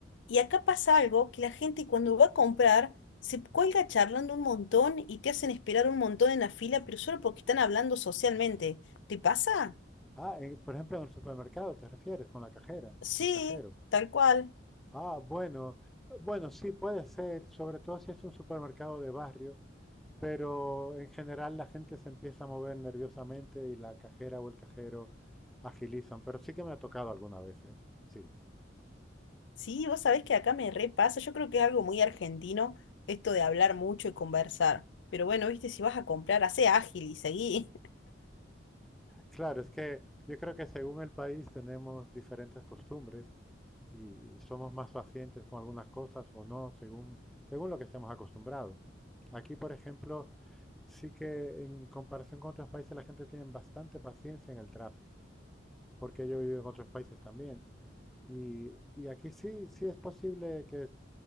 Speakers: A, on the left; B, in the centre.
A: y acá pasa algo que la gente cuando va a comprar se cuelga charlando un montón y te hacen esperar un montón en la fila, pero solo porque están hablando socialmente. ¿Te pasa?
B: Ah, en- por ejemplo, en el supermercado te refieres con la cajera
A: Sí,
B: o el cajero.
A: tal cual.
B: Ah, bueno, bueno, sí puede ser, sobre todo si es un supermercado de barrio, pero en general la gente se empieza a mover nerviosamente y la cajera o el cajero agilizan, pero sí que me ha tocado alguna vez, ¿eh? Sí.
A: Sí, vos sabés que acá me repasa. Yo creo que es algo muy argentino esto de hablar mucho y conversar. Pero bueno, viste, si vas a comprar, hacé ágil y seguí.
B: Claro, es que yo creo que según el país tenemos diferentes costumbres y somos más pacientes con algunas cosas o no, según, según lo que estemos acostumbrados. Aquí, por ejemplo, sí que en comparación con otros países la gente tiene bastante paciencia en el tráfico, porque yo he vivido en otros países también. Y, y aquí sí, sí es posible que,